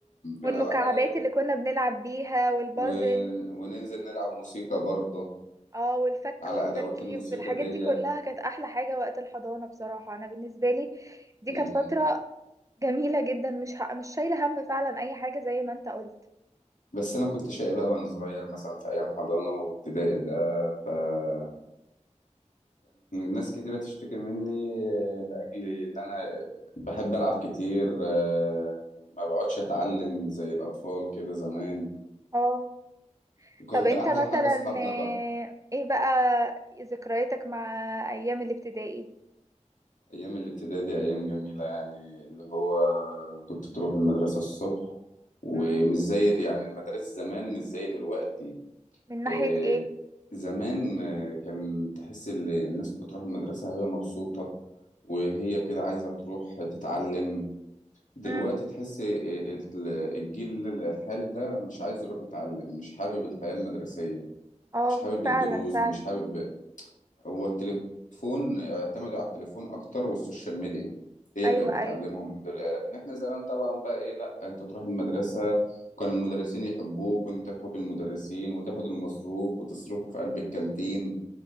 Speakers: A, on the right; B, on the left.
A: والمكعبات
B: الألعاب
A: اللي كنا بنلعب بيها والبازل
B: و... وننزل نلعب موسيقى برضو
A: اه والفك
B: على
A: والتركيب
B: أدوات الموسيقى
A: الحاجات
B: ديت
A: دي كلها كانت احلى حاجة وقت الحضانة بصراحة انا بالنسبة لي دي
B: مم.
A: كانت فترة جميلة جدا مش ح... مش شايلة هم فعلا اي حاجة زي ما انت قلت
B: بس انا كنت شقي بقى وانا صغير مثلا في ايام حضانه وابتدائي ده فكان ناس كتيره تشتكي مني آه، لاجل ان انا بحب العب كتير آه، ما بقعدش اتعلم زي الاطفال كده زمان
A: اه
B: وكان
A: طب انت
B: بقى احلى
A: مثلا
B: حاجه اصحابنا
A: آه،
B: بقى
A: ايه بقى ذكرياتك مع ايام الابتدائي
B: ايام الابتدائي دي ايام جميله يعني اللي هو كنت تروح المدرسه الصبح ومش
A: مم؟
B: زي يعني المدارس زمان مش زي دلوقتي
A: من ناحية
B: آه،
A: ايه
B: زمان آه، كان تحس ان الناس بتروح المدرسة وهي مبسوطة وهي كده عايزة تروح تتعلم دلوقتي
A: مم؟
B: تحس آه، ال- الجيل الحالي ده مش عايز يروح يتعلم مش حابب الحياة المدرسية
A: اه
B: مش حابب
A: فعلا
B: الدروس
A: فعلا
B: مش حابب هو التليفون اعتمدوا على التليفون اكتر والسوشيال ميديا هي
A: ايوه
B: اللي بقت بتعلمهم
A: ايوه
B: دل... لكن احنا زمان طبعا بقى ايه لا انت تروح المدرسه وكان المدرسين يحبوك وانت تحب المدرسين وتاخد المصروف وتصرفه في قلب الكانتين